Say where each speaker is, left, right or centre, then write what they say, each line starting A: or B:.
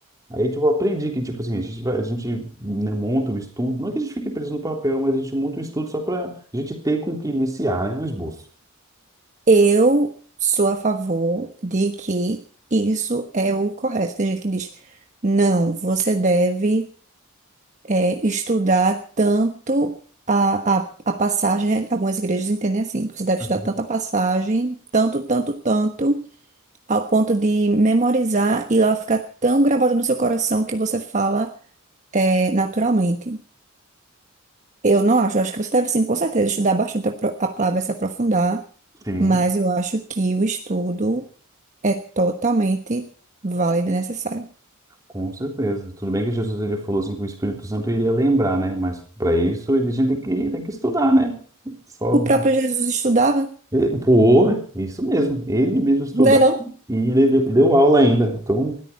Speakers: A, on the right (about 15°); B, on the right (about 35°).
A: aí, tipo, eu aprendi que, tipo assim, a gente vai, a gente, né, monta o estudo, não é que a gente fique preso no papel, mas a gente monta o estudo só para a gente ter com o que iniciar, né, um esboço.
B: Eu sou a favor de que isso é o correto. Tem gente que diz, não, você deve eh, estudar tanto a, a, a passagem, né? algumas igrejas entendem assim, que você deve
A: Uhum.
B: estudar tanto a passagem, tanto, tanto, tanto. ao ponto de memorizar e ela ficar tão gravada no seu coração que você fala é, naturalmente. Eu não acho, eu acho que você deve sim, com certeza, estudar bastante a, pro- a palavra, se aprofundar,
A: Sim.
B: mas eu acho que o estudo é totalmente válido e necessário.
A: Com certeza. Tudo bem que Jesus ele falou assim que o Espírito Santo iria lembrar, né? Mas para isso ele- a gente tem que, tem que estudar, né? Só
B: O próprio Jesus estudava,
A: eh, pô, isso mesmo. Ele mesmo estudar
B: não é não?
A: e ele deu, deu aula ainda. Então,